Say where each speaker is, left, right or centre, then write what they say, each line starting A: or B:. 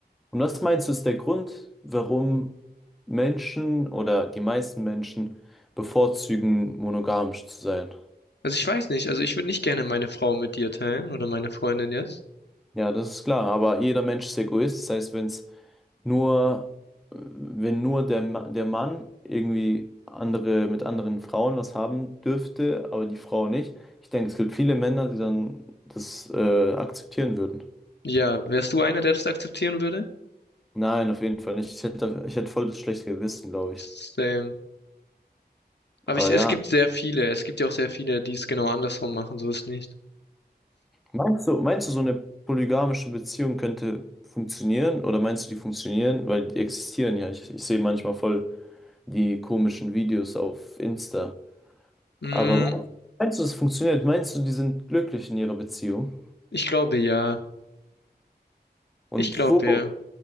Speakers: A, in the centre; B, on the left.
A: Und was meinst du, ist der Grund, warum Menschen oder die meisten Menschen bevorzugen, monogamisch zu sein?
B: Also ich weiß nicht, also ich würde nicht gerne meine Frau mit dir teilen oder meine Freundin jetzt.
A: Ja, das ist klar, aber jeder Mensch ist Egoist, das heißt, wenn es nur, äh, wenn nur der, Ma- der Mann irgendwie andere, mit anderen Frauen was haben dürfte, aber die Frau nicht, ich denke, es gibt viele Männer, die dann das äh, akzeptieren würden.
B: Ja, wärst du einer, der das akzeptieren würde?
A: Nein, auf jeden Fall nicht. Ich hätte, ich hätte voll das schlechte Gewissen, glaube
B: Same.
A: ich. Ja.
B: Aber
A: Aber
B: ich, es
A: ja.
B: gibt sehr viele. Es gibt ja auch sehr viele, die es genau andersrum machen. So ist nicht.
A: Meinst du, meinst du, so eine polygamische Beziehung könnte funktionieren? Oder meinst du, die funktionieren? Weil die existieren ja. Ich, ich sehe manchmal voll die komischen Videos auf Insta.
B: Mm,
A: Aber meinst meinst du, es funktioniert? Meinst du, die sind glücklich in ihrer Beziehung?
B: ich glaube ja.
A: Und
B: Ich glaube
A: wo,
B: ja.